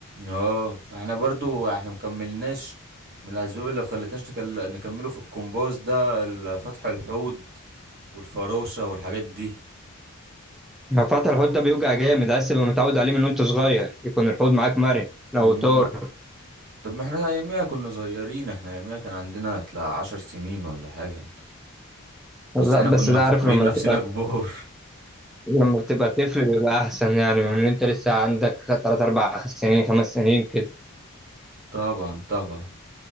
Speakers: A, on the right; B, in the centre.
A: اه احنا برضو احنا مكملناش من الاسباب اللي خلتناش نكل... نكمله في الكومبوز ده ال- فتح الحوض والفروشه والحاجات دي
B: لو فتح الحوت ده بيوجع جامد عايز تبقى متعود عليه من وانت صغير يكون الحوت معاك مرن لو
A: امم
B: طار
A: طب ما احنا اياميها كنا صغيرين احنا اياميها كان عندنا تلا عشر سنين ولا حاجه
B: لا
A: بس احنا كنا
B: بس ده
A: مفكرين
B: عارف لما
A: نفسنا
B: بتبقى
A: كبار
B: لما بتبقى طفل بيبقى احسن يعني من ان انت لسه عندك 3 4 سنين 5 سنين كده
A: طبعا طبعا